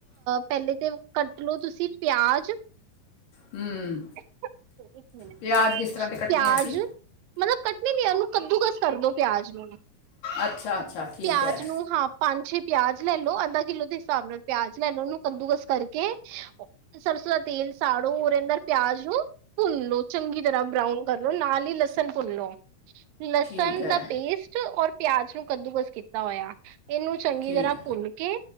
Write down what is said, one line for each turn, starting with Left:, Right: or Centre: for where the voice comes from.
Right: ਪਹਿਲੇ ਤੇ ਕੱਟ ਲੋੋ ਤੁਸੀਂ ਪਿਆਜ
Left: ਹੂੰ
Right: <inaudible> ਹਾਂ
Left: ਪਿਆਜ਼
Right: ਪਿਆਜ
Left: ਕਿਸ ਤਰ੍ਹਾਂ ਦੇ ਕੱਟਨੇ ਅਸੀਂ
Right: ਮਤਲਬ ਕੱਟਣੀ ਨ ਉਹਨੂੰ ਕੱਦੂਕਸ ਕਰਦੋ ਪਿਆਜ ਨੂੰ ਹ
Left: ਅੱਛਾ ਅੱਛਾ ਠੀਕ
Right: ਪਿਆਜ
Left: ਹੈ
Right: ਨੂੰ ਹਾਂ ਪੰਜ ਛੇ ਪਿਆਜ ਲੈ ਲੋ ਅੱਧਾ ਕਿੱਲੋ ਦੇ ਹਿਸਾਬ ਨਾਲ ਪਿਆਜ ਲੈ ਲੋ ਉਹਨੂੰ ਕੰਦੂਕਸ ਕਰਕੇ ਸਰਸਵਤੀ ਸਾੜੂ ਉਰੇਿੰਦਰ ਪਿਆਜ ਨੂੰ ਭੁੰਨ ਲੋ ਚੰਗੀ ਤਰ੍ਹਾਂ ਬਰਾਊਨ ਕਰ ਲੋ ਨਾਲ ਹੀ ਲਸਣ ਭੁਨੋ ਲਸਣ
Left: ਠੀਕ ਹੈ
Right: ਦਾ ਪੇਸਟ ਔਰ ਪਿਆਜ ਨੂੰ ਕੱਦੂਕਸ ਕੀਤਾ ਹੋਇਆ ਇਹਨੂੰ ਚੰਗੀ
Left: ਠੀਕ
Right: ਤਰ੍ਹਾਂ ਭੁੰਨ ਕੇ